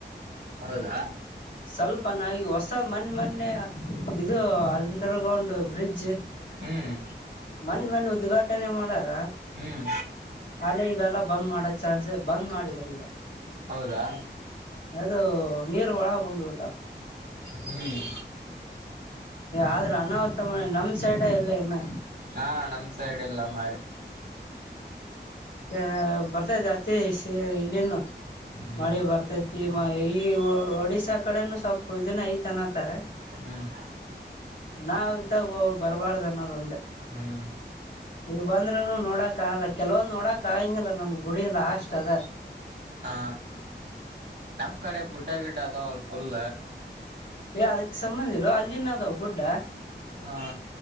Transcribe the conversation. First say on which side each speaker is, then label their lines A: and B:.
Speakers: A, on the right; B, on the left.
A: ಹೌದಾ
B: ಸ್ವಲ್ಪ ನಿ ಹೊಸ್ ಮಣ ಮನ್ನೆ ಇದು ಅಂಡರ್ಗ್ರೌಂಡ್ ಬ್ರಿಡ್ಜ್
A: ಹ್ಮ್
B: ಮಣ ಮಣ ಉದ್ಘಾಟನೆ ಮಾಡಾರ
A: ಹ್ಮ್
B: ಅಲ್ಲೆ ಈಗಲ್ಲ ಬಂದ್ ಮಾಡದ ಚಾನ್ಸ ಬಂದ್ ಮಾಡಿದ್ರ ಈಗ
A: ಹೌದಾ
B: ಅದುೋ ನೀರ್ ಒಳ ಬಂದು್ ಊಟ
A: ಹ್ಮ್
B: ಆದ್ರ ಅನಾಹುತ ಮೆ ನಮ್ ಸೈಡ್ ಎಲ್ಲ ಇನ್ನ
A: ಹಾ ನಮ್ ಸೈಡ್ ಎಲ್ಲ ಮ
B: ಅ ಬರ್ತ ಜಾತಿ ಇಲ್ಲಿನು
A: ಹ್ಮ್
B: ಮಳೆ ಬರ್ತತಿ ಮ ಈ ಒಡಿಶಾಕ್ ಕಡೆನು ಸ್ೊಲ್ಪ ಇದನ್ನ ಐತನತಾರೆ
A: ಹ್ಮ್
B: ನಾವ ಇದ್ದಾಗ ಬರಬಾರ್ದು ಅನ್ನೋದ ಒಂದೆ
A: ಹ್ಮ್
B: ನೀವು ಬಂದ್ರೂನು ನೋಡಕಲ್ಲ ಕೆಲವೊ ಕಾಯಿಂಗಲ್ಲ ನಮ್ಗ್ ಗುಡಿ ಎಲ್ಲ ಅಷ್ಟಟ್ ಅದ
A: ಹಾ ನಮ್ ಕಡೆ ಗುಡ್ಡ ಗಿಡ್ಡ ಅದಲ್ ಫುಲ್
B: ಏ ಅದಕ್ಕೆ ಸಂಬಂಧಿ ಇಿಲ್ಲ ಅಲ್ಲಿನ್ ಅದಾವ ಗುಡ್ಡ
A: ಹಾ